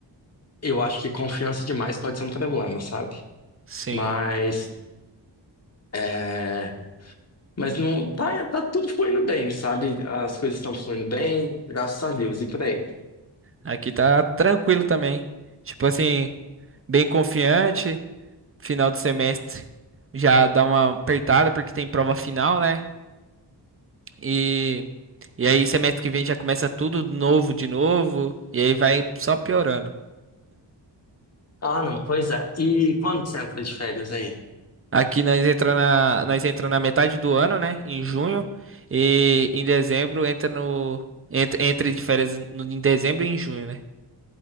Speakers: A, on the left (about 35°); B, on the right (about 30°).
A: Eu acho que confiança demais pode ser um problema, sabe?
B: Sim.
A: Mas, é... Mas não tá, tá tudo fluindo bem, sabe? As coisas estão fluindo bem, graças a Deus, e por aí.
B: Aqui tá tranquilo também. Tipo assim, bem confiante. Final do semestre já dá uma apertada porque tem prova final, né? E, e aí semestre que vem já começa tudo novo de novo. E aí vai só piorando.
A: Ah, não, pois é. E quando você entra de férias aí?
B: Aqui nós entra na, nós entra na metade do ano, né? Em junho. E em dezembro entra no. Entra, entra de férias no- em dezembro e em junho, né?